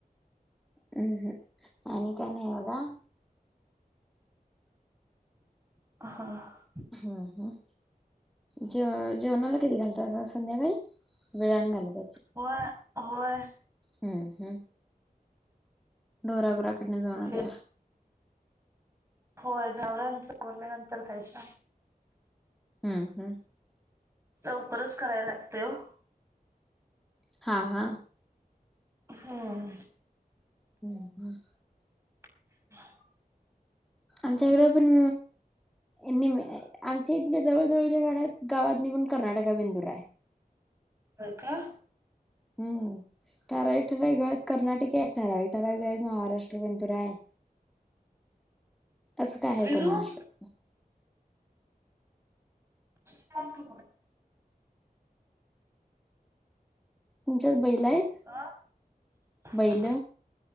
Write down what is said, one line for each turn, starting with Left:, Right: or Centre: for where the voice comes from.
Centre: हम्म, हम्म आणि काय नाही बघा
Right: ह
Centre: हम् हम जेव जेवणाला कधी घालतासा संध्याकाळी वेळान घालत
Right: होय, होय
Centre: हम्, हम् डोरागोराकडन जाऊन
Right: जे
Centre: आले
Right: होय जावरांचा आवरल्यानंतर कायच
Centre: हम्म, हम्
Right: लवकरच कराय लागते ओ
Centre: हा, हा
Right: हम्म
Centre: हम्म, हम्
Right: <unintelligible>
Centre: आमच्याकडे पण निम आमच्या इथल्या जवळ जवळच्या गाड्याात गावातनी पण कर्नाटका बेंदूर आहे
Right: होय का
Centre: हम्म ठराविक, ठराविक गावात कर्नाटकी आहेत ठराविक, ठराविक आहेत महाराष्ट्र बेंदूर आहे असं काय आहे
Right: विरू
Centre: कोणाष्टक
Right: अ <unintelligible>
Centre: तुमच्यात बैल आहेत?
Right: अह
Centre: बैल